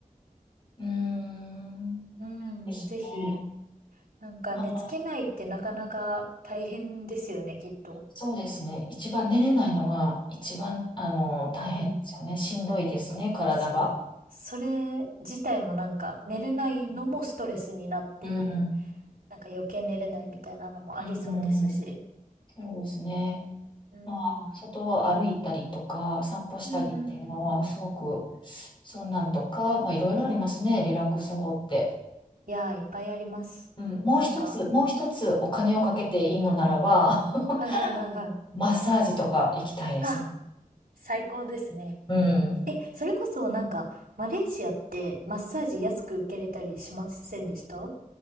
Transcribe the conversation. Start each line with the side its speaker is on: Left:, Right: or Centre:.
Left: うーん、
Right: うん、
Left: ですね。
Right: ぜひ、なんか寝つけないってなかなか大変ですよね、
Left: あ、
Right: きっと。
Left: そうですね、一番寝れないのが、一番、あの、大変ですよね。
Right: うん、
Left: しんどいですね、体が。
Right: そう。それ自体もなんか寝れないのもストレスになって、
Left: うん、うん、
Right: なんか余計寝れないみたいなのもありそうですし。
Left: うん、うんそうですね。
Right: うん、
Left: まあ、外を歩いたりとか、散歩したりっていうのは、
Right: うんうんうん。
Left: すごく、そんなんとか、まあ、いろいろありますね、リラックス法って。
Right: いやー、いっぱいあります。
Left: うん、もう一つ、
Right: なんか、
Left: もう一つお金をかけていいのならば、<laughs>
Right: はいはいはいはい。
Left: マッサージとか行きたいですね。
Right: あ、最高ですね。
Left: うん。
Right: え、それこそなんか、マレーシアってマッサージ安く受けれたりしませんでした